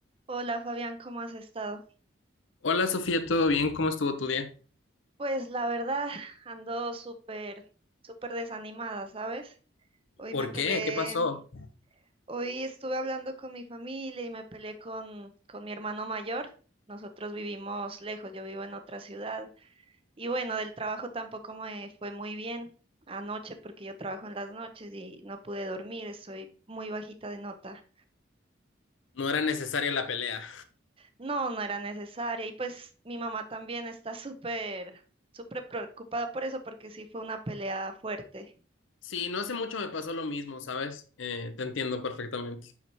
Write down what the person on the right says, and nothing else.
Hola Fabián, ¿cómo has estado?
Pues la verdad, ando súper, súper desanimada, ¿sabes? Hoy
me peleé,
hoy estuve hablando con mi familia y me peleé con, con mi hermano mayor. Nosotros vivimos lejos, yo vivo en otra ciudad. Y bueno, del trabajo tampoco me fue muy bien anoche porque yo trabajo en las noches y no pude dormir, estoy muy bajita de nota.
No, no era necesaria. Y pues mi mamá también está súper, súper preocupada por eso, porque sí fue una pelea fuerte.